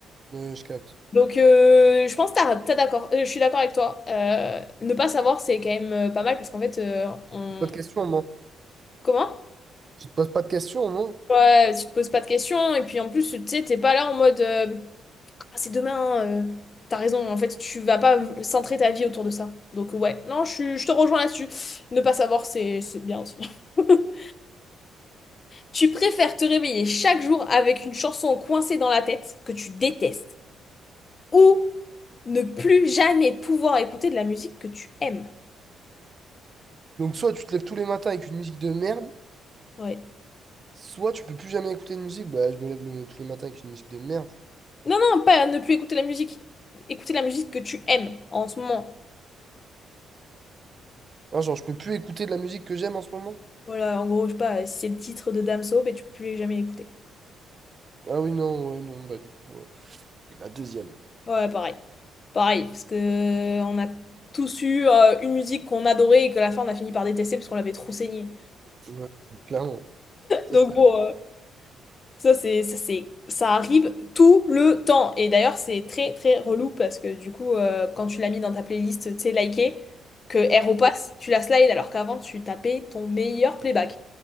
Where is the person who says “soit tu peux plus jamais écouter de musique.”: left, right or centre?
Right